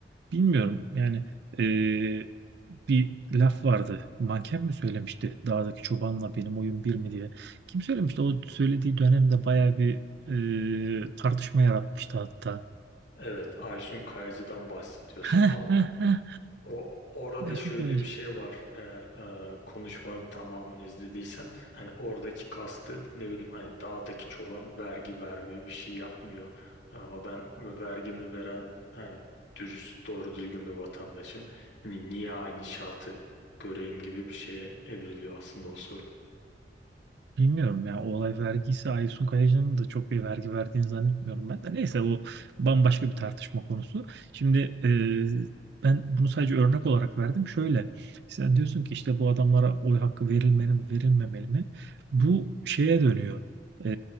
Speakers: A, on the right; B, on the left.
A: bilmiyorum. Yani eee, bir laf vardı. Manken mi söylemişti? Dağdaki çobanla benim oyun bir mi diye. Kim söylemişti? O söylediği dönemde bayağı bir eee, tartışma yaratmıştı hatta.
B: Evet Ayşun Kayacı'dan bahsediyorsun
A: <laughs> Heh,
B: ama
A: heh, heh.
B: O, orada
A: Aysun
B: şöyle
A: Kayacı.
B: bir şey var. Eğer e, konuşmanın tamamını izlediysen hani oradaki kastı ne bileyim hani dağdaki çoban vergi vermiyor, bir şey yapmıyor. Ama ben vergimi veren hani dürüst, doğru düzgün bir vatandaşım. Ni- Niye aynı şartı göreyim gibi bir şeye evriliyor aslında o soru.
A: Bilmiyorum ya o olay vergisi Aysun Kayacı'nın da çok bir vergi verdiğini zannetmiyorum ben de. Neyse bu bambaşka bir tartışma konusu. Şimdi e, ben bunu sadece örnek olarak verdim. Şöyle sen diyorsun ki işte bu adamlara oy hakkı verilmeli mi verilmemeli mi? Bu şeye dönüyor. E,